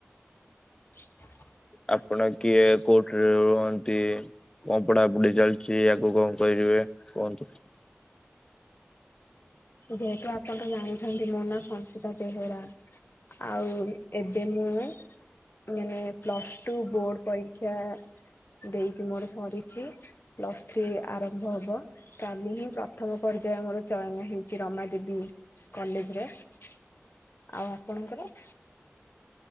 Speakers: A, on the left (about 55°); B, on the left (about 20°).
A: <unintelligible>
B: ଆପଣ କିଏ କୋଉଠି? ରୁହନ୍ତି କଣ ପଢାପଢି ଚାଲିଛି ଆଗକୁ କଣ କରିବେ କୁହନ୍ତୁ?
A: ଯେହେତୁ ଆପଣ ତ ଜାଣିଛନ୍ତି ମୋ ନାଁ ସଂଶିତା ବେହେରା ଆଉ ଏବେ ମୁଁ ମାନେ ପ୍ଲସ୍ ଟୁ ବୋର୍ଡ ପରୀକ୍ଷା ଦେଇକି ମୋର ସରିଛି। ପ୍ଲସ୍ ଥ୍ରୀ ଆରମ୍ଭ ହବ କାଲି ହିଁ ପ୍ରଥମ ପର୍ଯ୍ୟାୟ ମୋର ଚୟନ ହେଇ ରମାଦେବୀ କଲେଜରେ ଆଉ ଆପଣଙ୍କର?